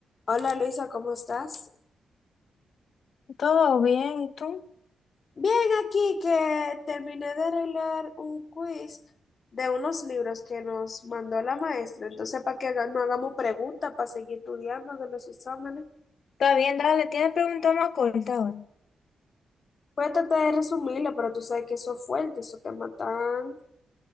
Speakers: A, on the left (about 40°); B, on the left (about 55°).
A: Hola Luisa, ¿cómo estás?
B: Todo bien, ¿y tú?
A: Bien, aquí que terminé de arreglar un quiz de unos libros que nos mandó la maestra. Entonces, para que haga- no hagamos preguntas, para seguir estudiando de los exámenes.
B: Está bien, dale, tienes preguntas más cortas ahora.
A: Voy a tratar de resumirlo, pero tú sabes que eso es fuerte, eso te matan